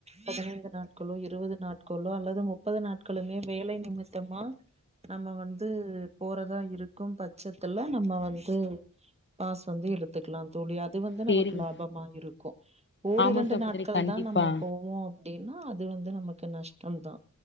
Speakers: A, on the right; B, on the left.
A: பதினைந்து நாட்களோ இருபது நாட்களோ அல்லது முப்பது நாட்களுமே வேலை நிமித்தமா நம்ம வந்து போறதா இருக்கும் பட்சத்துல நம்ம வந்து பாஸ் வந்து எடுத்துக்கலாம் தோழி அது வந்து
B: சேரிங்க
A: நமக்கு லாபமா இருக்கு ஓர்
B: ஆமா
A: இரண்டு
B: சகோதரி
A: நாட்கள்
B: கண்டிப்பா
A: தான் நம்ம போவோம் அப்படின்னா அது வந்து நமக்கு நஷ் அது தா